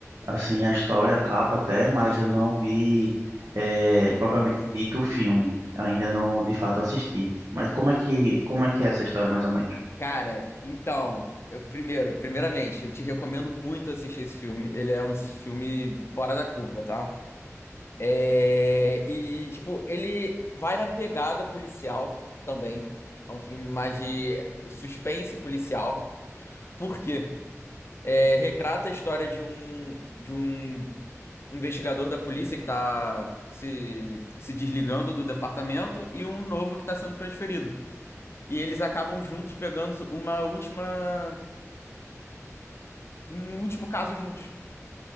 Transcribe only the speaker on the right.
assim a história, a capa até, mas eu não vi eh, propriamente dito o filme. Ainda não de fato assisti. Mas como é que como é que é essa história mais ou menos?